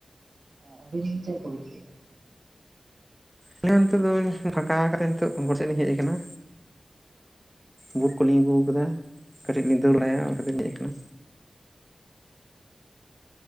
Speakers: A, on the right; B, in the centre.
A: ᱟᱵᱤᱱ ᱪᱮᱫ ᱠᱚᱵᱤᱱ ᱪᱤᱠᱟᱹᱭ ᱮᱫᱼᱟ?
B: ᱦᱮᱸᱛᱚ ᱱᱤᱛᱚᱜ ᱫᱚ ᱱᱚᱝᱠᱟ ᱠᱟᱛᱮ ᱱᱤᱛᱚᱜ ᱟᱵ ᱴᱮᱱ ᱞᱤᱧ ᱦᱮᱡ ᱟᱠᱟᱱᱟ᱾ ᱵᱩᱴ ᱠᱚᱞᱤᱧ ᱟᱹᱜᱩ
A: ᱟᱪᱪᱷᱟ
B: ᱠᱟᱫᱟ ᱠᱟᱹᱴᱤᱡ ᱞᱤᱧ ᱫᱟᱹᱲ ᱵᱟᱲᱟᱭᱟ ᱚᱱᱟ ᱛᱮᱞᱤᱧ ᱦᱮᱡ ᱟᱠᱟᱱᱟ᱾